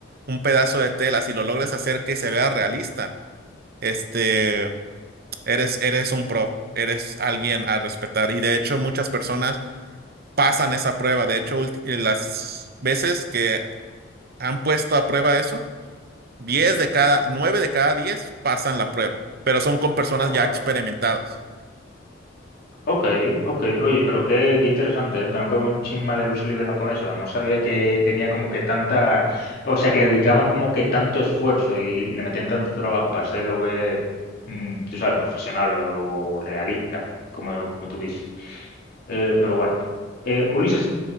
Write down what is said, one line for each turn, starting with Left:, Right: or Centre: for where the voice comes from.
Right: un pedazo de tela, si lo logras hacer que se vea realista, este, eres, eres un pro, eres alguien a respetar. Y de hecho, muchas personas pasan esa prueba. De hecho, ulti- eh, las veces que han puesto a prueba eso, diez de cada, 9 de cada 10 pasan la prueba, pero son con personas
Left: Ok.
Right: ya experimentadas.
Left: Ok, ok. Oye, pero qué, qué interesante, ¿eh? Tengo que ver un chin más de lucha libre japonesa. No sabía que tenía como que tanta, o sea, que le dedicaban como que tanto esfuerzo y le metían tanto trabajo para hacerlo ver, mm, tú sabes, profesional o realista, como, como tú dices. Eh, pero bueno, Eh, Ulises,